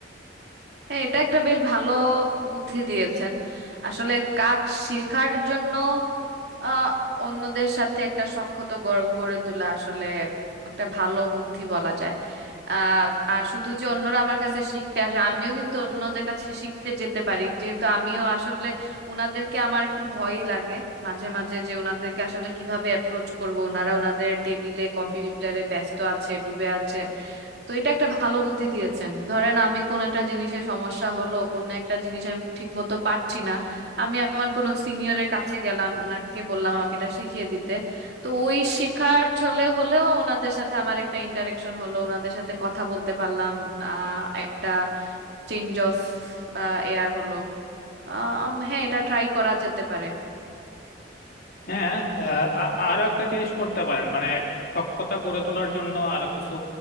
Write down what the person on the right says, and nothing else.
হ্যাঁ এটা একটা বেশ ভালো বুদ্ধি দিয়েছেন আসলে কাজ শেখার জন্য আহ অন্যদের সাথে একটা সখ্যতা গড়ে গড়ে তোলা আসলে একটা ভালো বুদ্ধি বলা যায় আহ আর শুধু যে অন্যরা আমার কাছে শিখতে আসে আমিও কিন্তু অন্যদের কাছে শিখতে যেতে পারি যেহেতু আমিও আসলে উনাদেরকে আমার একটু ভয়ই লাগে মাঝে মাঝে যে উনাদেরকে আসলে কিভাবে অ্যাপ্রোচ করব ওনারা ওনাদের টেবিলে কম্পিউটারে ব্যস্ত আছে ডুবে আছে তো এটা একটা ভালো বুদ্ধি দিয়েছেন ধরেন আমি কোন একটা জিনিসে সমস্যা হলো কোন একটা জিনিস আমি ঠিক মতো পারছি না আমি আমার কোন সিনিয়রের কাছে গেলাম ওনাকে বললাম আমাকে এটা শিখিয়ে দিতে তো ওই শেখার চলে হলেও ওনাদের সাথে আমার একটা ইন্টারেকশন হলো ওনাদের সাথে কথা বলতে পারলাম আহ একটা চেঞ্জ অফ এয়ার হলো আহ, আম- হ্যাঁ এটা ট্রাই করা যেতে পারে